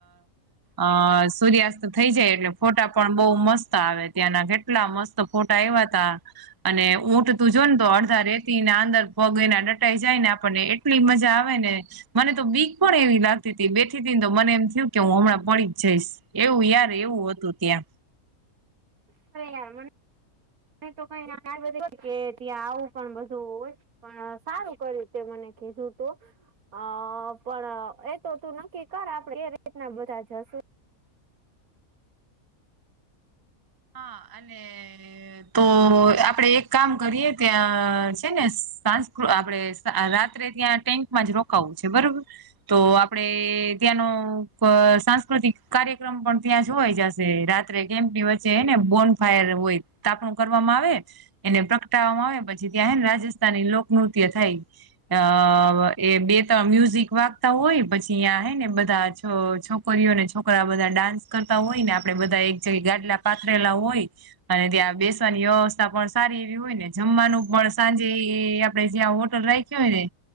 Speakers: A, on the right; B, on the right.
A: અ સૂર્યાસ્ત થઇ જાય એટલે ફોટા પણ બઉુ મસ્ત આવે ત્યાંના એટલા મસ્ત ફોટા આયવા હતા. અને ઊંટ તું જો ને તો અડધા રેતી ના અંદર પગ એના ડ ટાઇ જાય ને આપણને એટલી મજા આવે ને મને તો બીક પણ એવી લાગતી હતી બેઠી હતી ને તો મને એમ થયું કે હું હમણાં પડી જ જઈશ. એવું યાર એવું હતું ત્યાં.
B: <unintelligible> ન તો કઈ કે ત્યાં આવું પણ બધું હોય. પણ સારું કર્યું તે મને કીધું તો. હ પણ એતો તું નક્કી કર આપડે એ રીતના બધા જશુ.
A: હા અને તો આપડે એક કામ કરીએ ત્યાં છે ને સાસ્કુ આપડે રાત્રે ત્યાં ટેન્ટમાં જ રોકાવું છે બરોબર. તો આપડે ત્યાંનો સાંસ્કૃતિક કાર્યક્રમ પણ ત્યાં જોવાઈ જશે રા ત્રે કેમ્પ ની વ ચે હેને બોન ફાયર હોય તાપણું કરવામાં આવે એને પ્રગટાવવામાં આવે પછી ત્યાંને રાજ સ્થાની લોકનૃત્ય થઈ અ એ બે ત મ્યુઝિક વાગતા હોય પછી અહીં હ ને બધા જ જો છોકરીઓને છોકરા બધા ડાન્સ કરતા હોય ને આપડે બધા એક જગે ગાદલા પાથરેલા હોય અને ત્યાં બેસવાની વ્યવસ્થા પણ સારી એવી હોય ને જમવાનું પણ સાંજે આપડે જ્યાં હોટલ રાય ખી હોય ને